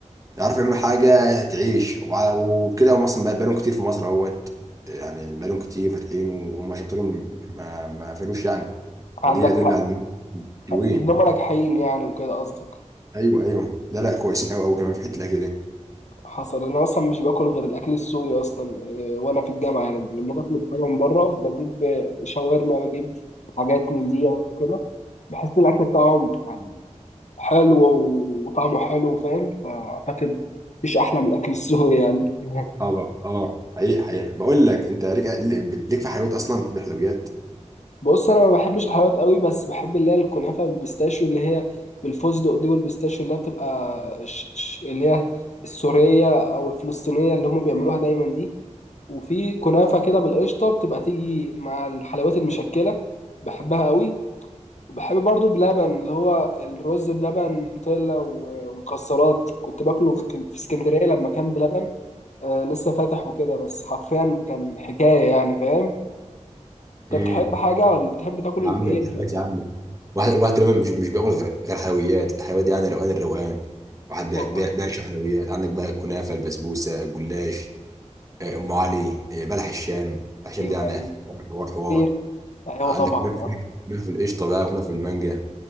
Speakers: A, on the right; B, on the left.
A: يعرفوا يعملوا حاجه تعيش وع- وبكده هم اصلا بقى- بقالهم كتير في مصر اهوت يعني بقالهم كتير فاتحين وهم شاطرين ما ما قفلوش يعني
B: عندك
A: فدي يدل
B: حق
A: على إن حلوين
B: انهم ناجحين يعني وكده قصدك
A: ايوه ايوه لا لا كويسين قوي قوي كمان في حته الاكل دي
B: حصل انا اصلا مش باكل غير الاكل السوري اصلا إيه، وانا في الجامعه يعني لما بطلب حاجه من بره بجيب شاورما بجيب حاجات من ديت وكده بحس ان الاكل بتاعهم يعني حلو وطعمه حلو فاهم فاعتقد مفيش احلى من الاكل السوري يعني <laughs>
A: اه بقى. اه حقيقي حقيقي بقول لك انت ليك ليك في حلويات اصلا بتحب الحلويات
B: بص انا ما بحبش الحلويات قوي بس بحب اللي هي الكنافه بالبيستاشيو اللي هي بالفستق دي والبيستاشيو اللي هي بتبقى ش ش اللي هي السوريه او الفلسطينيه اللي هم بيعملوها دايما دي وفي كنافة كده بالقشطة بتبقى تيجي مع الحلويات المشكلة بحبها قوي وبحب برضو بلبن اللي هو الرز بلبن نوتيلا و- ومكسرات كنت باكله في كن- في اسكندرية لما كان بلبن آه لسه فاتح وكده بس حرفيا كان حكاية يعني فاهم
A: امم
B: انت بتحب حاجة ولا بتحب تاكل
A: يا عم
B: ايه
A: الحلويات
B: في ال-
A: يا عم واحد الواحد تقريبا مش مش بياكل غير غير حلويات الحلويات دي يعني روقان الروقان واحد بيع-
B: والله
A: بيع- بيعشق حلويات عندك بقى الكنافه البسبوسه الجلاش آه، ام علي آه، بلح الشام بلح الشام
B: ايوه
A: ده يعني
B: ايوه
A: حوار حوار حوار.
B: ايوه أيوة
A: عندك
B: طبعا
A: كنافه
B: يعني
A: كنافة القشطه بقى كنافه المانجا